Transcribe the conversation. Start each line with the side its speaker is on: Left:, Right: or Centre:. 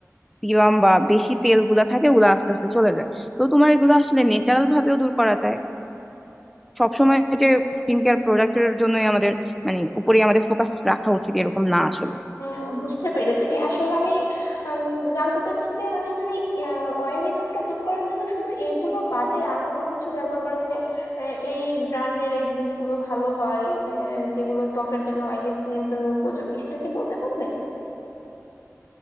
Centre: সিরাম বা বেশি তেল গুলা থাকে ওগুলা আস্তে আস্তে চলে যায় তো তোমার এগুলো আসলে ন্যাচারাল ভাবেও দূর করা যায় সবসময় যে স্কিন কেয়ার প্রোডাক্টের জন্যই আমাদের মানে উপরে আমাদের ফোকাস রাখা উচিত এরকম না আসলে
Left: হ্যাঁ আমি বুঝতে পেরেছি আসলে আমি উম, জানতে চাচ্ছি যে মানে আমার এই অয়েলি ভাবটা দূর করার জন্য শুধু এইগুলো বাদে আর কোনো কিছু ব্যবহার করেন যে আহ, এই ব্র্যান্ডের এই জিনিসগুলো ভালো হয় আহ, যেগুলো ত্বকের জন্য অয়েলি স্কিনের জন্য উপযোগী সেটা কি বলতে পারবে